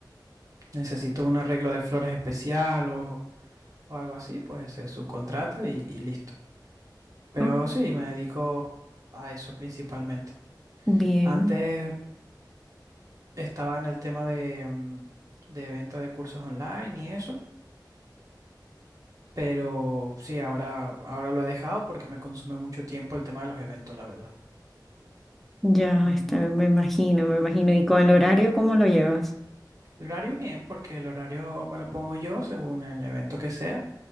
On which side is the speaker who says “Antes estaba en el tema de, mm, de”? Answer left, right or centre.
Right